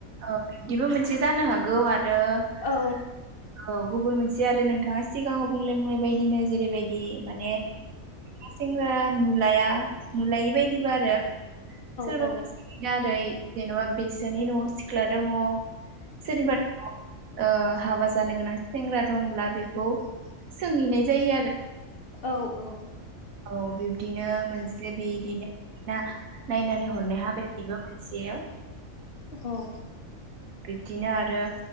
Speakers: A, on the right; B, on the left.
A: औ बिदिबो मोनसे जानो हागौ आरो आरो
B: औ
A: औ गुबुन मोनसे आरो नोंथाङा सिगाङाव बुंलांनाय बायदिनो जेरैबायद दि माने सिख्ला सेग्रा नुलाया नुलायि बायदिबो आरो सोरबा
B: औ औ
A: सासेनि दारै जेन'बा बेसोरनि न' सिख्ला दङ। सोरनिबा नख ओ हाबा जानो गोनां सेंग्रा दंब्ला बेख खौ सोंहैनाय जायो आरो
B: औ औ
A: औ बिब्दिनो मोनसे बिदिनो नायनानै हरनाय हाबाय बेबो मोनसेयाव
B: औ
A: दिनो आरो